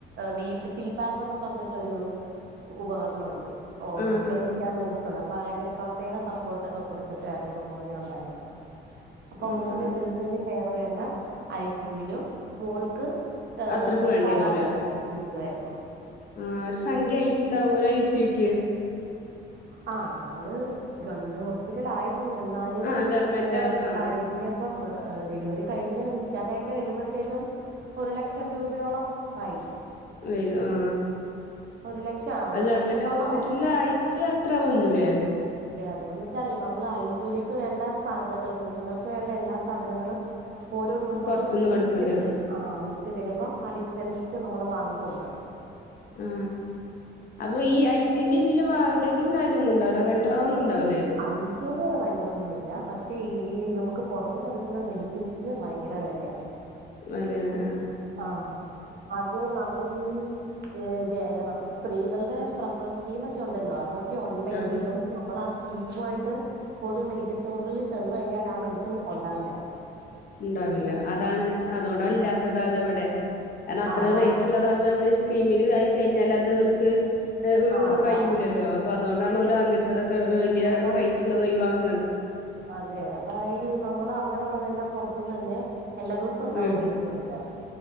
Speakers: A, on the right; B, on the left.
A: ബീ പ് സീ പാപ്പൊന്നും പറഞ്ഞിട്ടൊരു ഉപകരണണ്ട് ഓ
B: ആഹ്
A: ശ്വസിക്കാൻ
B: ആഹ്
A: വേണ്ടിയിട്ടുള്ള പ്പൊ അങ്ങനെ പ്രത്യേക സപ്പോർട്ടൊക്കെ കൊടുത്തിട്ടായിരു ന്ന് മോനേ ഉണ്ടായിരുന്നത് അപ്പൊ
B: ആഹ്
A: മോന്
B: ആഹ്
A: കൂടുതൽ കെയർ വേണ്ടാ ഐ സി യു വിലും മോൾക്ക് ഏ
B: അത്രക്ക് വേണ്ടി
A: സാധാരണ
B: വരൂല
A: <unintelligible> <unintelligible>
B: ആ ഒരു സംഖ്യായി യ്ട്ടുണ്ടാവൊല്ലോ ഐ സി യു വിക്ക്
A: ആഹ് നമ്മള് ഗവൺമെന്റ് ഹോസ്പിറ്റൽ ആയി രുന്നു എന്നാലും
B: ആ ഗവൺമെന്റ് ആ ആ
A: കഴിഞ്ഞപ്പം ഏ ഡെലിവറി കഴിഞ്ഞ് ഡിസ്ചാർജ് ആയിക്കെ വരുമ്പോഴത്തേക്കും ഒരു ലക്ഷം രൂപയോളം ആയി
B: വരും ആ
A: ഒരു ലക്ഷം ആ ഒന്നര
B: അത് ഗവൺമെന്റ്
A: ലക്ഷത്തോളം
B: ഹോസ്പിറ്റലായിട്ട്
A: ആയി
B: അത്ര വന്നുല്ലേ
A: അതെന്ന് വെച്ചാലേ നമ്മള് ഐ സുലേക്ക് വേണ്ട സാധനങ്ങള് കുഞ്ഞുങ്ങൾക്ക് വേണ്ട എല്ലാ സാധനങ്ങളും ഓരോ ദിവസവും
B: പുറത്തുന്ന് മേടിക്കേണ്ടി
A: ലിസ്റ്റ് തരും
B: വരും
A: ആ ലിസ്റ്റ് സ്റ്റ് തരുമ്പോ ആ ലിസ്റ്റ് അനുസരിച്ച് നമ്മൾ വാങ്ങി കൊടുക്കണം
B: ആ അപ്പൊ ഈ ഐസിയുന്റിം ഇതിന്റെ വാടകിം കാര്യം ഒന്നും ഉണ്ടാവൂല്ല റെന്റ് അഒന്നും ഉണ്ടാവൂല
A: ഐസ്യൂന് റെൻ ൻ്റൊന്നു ഇല്ല പ ക്ഷെ ഈ നമുക്ക് പൊറ ത്ത്ന്ന് എടുക്കുന്ന മെഡിസിൻസിന് ഭയങ്കര വെലയ
B: വെലയാണ്
A: ആഹ് അത് നമ്മൾ ഈ ഏ ജെ സ്ത്രീകളുടെ പ്രസവ സ്കീം ഒക്കെ ഉണ്ടല്ലോ അത് ക്കെ ഉണ്ടെങ്കിലും
B: ആ
A: നമ്മൾ ആ സ്കീമു ആയിട്ട് ഓരോ മെഡിക്കൽ സ്റ്റോറുകളിൽ ചെന്ന് കഴിഞ്ഞാൽ ആ മെഡിസിൻ ഒണ്ടാവില്ല
B: ഉണ്ടാവില്ല അതാണ് അതോണ്ടാ ഇല്ലാത്ത തത് അവിടെ കാരണം അത്രയും
A: ആഹ് അതാ
B: റേറ്റ് ഉള്ളതാകുമ്പോ നമ്മളീ സ്കീമിൽ ആയി കഴിഞ്ഞാൽ അത് ഓൽക്ക് ഉൾക്കൊ
A: ആഹ് അതാ
B: കയ്യൂലല്ലോ അപ്പ അതൊണ്ടാണോ ല്ല് അങ്ങൻത്തൊത ക്കെ വലിയ
A: അപ്പൊ
B: റേറ്റ് ഉള്ളത് ഒഴിവാ <unintelligible>
A: അതെ അപ്പൊ ഈ നമ്മള് അങ്ങനെുള്ളതെല്ലാം പൊറത്തുന്ന് തന്നെ എല്ലാ ദിവസവും ഉണ്ടാവും
B: ഉം
A: മേടിച്ചു കൊടുക്കാൻ